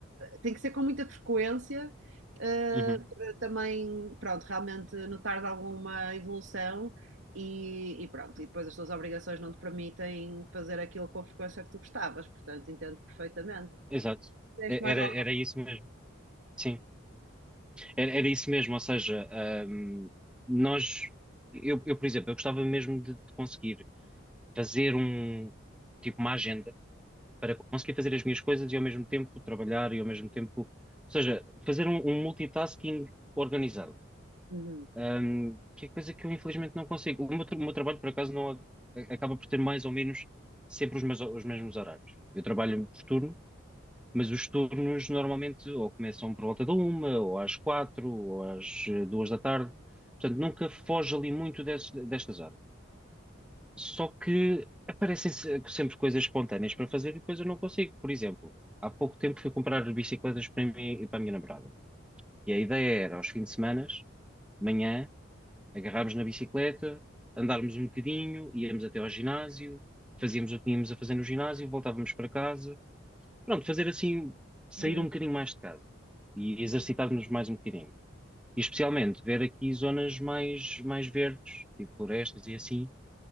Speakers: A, on the right (about 70°); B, in the centre.
A: tem que ser com muita frequência, eh,
B: Uhum.
A: para também, pronto, realmente notar alguma evolução e, e pronto, e depois as tuas obrigações não te permitem fazer aquilo com a frequência que tu gostavas, portanto, entendo perfeitamente.
B: Exato.
A: Deste
B: E-
A: mais
B: Era,
A: alguma?
B: era isso mesmo. Sim. Era, era isso mesmo, ou seja, ahm, nós, eu, eu, por exemplo, eu gostava mesmo de, de conseguir fazer um, tipo, uma agenda para conseguir fazer as minhas coisas e ao mesmo tempo trabalhar e ao mesmo tempo, ou seja, fazer um, um multitasking organizado,
A: Uhum,
B: Ahm, que é coisa que eu infelizmente não consigo. O meu, tra- o meu trabalho, por acaso, não a- acaba por ter mais ou menos sempre os, mes- os mesmos horários. Eu trabalho por turno, mas os turnos normalmente ou começam por volta da uma, ou às quatro, ou às eh, duas da tarde. Portanto, nunca foge ali muito desse- destas horas. Só que aparecem se- sempre coisas espontâneas para fazer e depois eu não consigo. Por exemplo, há pouco tempo fui comprar bicicletas para mim e para a minha namorada. E a ideia era, aos fins de semana, de manhã, agarrarmos na bicicleta, andarmos um bocadinho, íamos até ao ginásio, fazíamos o que tínhamos a fazer no ginásio, voltávamos para casa pronto, fazer assim, sair
A: uhum.
B: um bocadinho mais de casa e exercitar-nos mais um bocadinho. E especialmente ver aqui zonas mais, mais verdes, tipo florestas e assim,